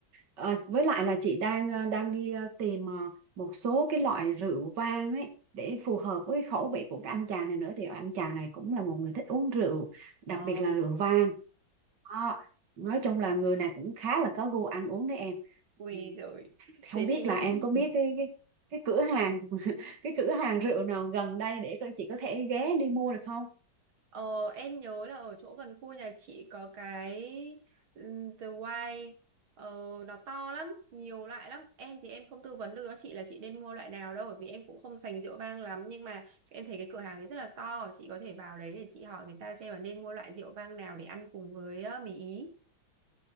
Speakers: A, on the right; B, on the right.
A: ờ, với lại là chị đang ờ, đang đi ờ, tìm ờ, một số cái loại rượu vang ấy để phù hợp với cái khẩu vị của cái anh chàng này nữa thì anh chàng này cũng là một người thích uống rượu, đặc
B: Ồ,
A: biệt là rượu vang. Đó. Nói chung là người này cũng khá là có gu ăn uống đấy em.
B: ui
A: Ừ,
B: rồi.
A: Không
B: Thế
A: biết
B: thì
A: là em
B: <laughs>
A: có biết cái cái cái cửa hàng <laughs> cái cửa hàng rượu nào gần đây để coi chị có thể ghé đi mua được không?
B: Ờ, em nhớ là ở chỗ gần khu nhà chị có cái ừm, The White ờ, nó to lắm, nhiều loại lắm. Em thì em không tư vấn được cho chị là chị nên mua loại nào đâu bởi vì em cũng không sành rượu vang lắm nhưng mà em thấy cái cửa hàng đấy rất là to, chị có thể vào đấy để chị hỏi người ta xem là nên mua loại rượu vang nào để ăn cùng với ờ, mì Ý.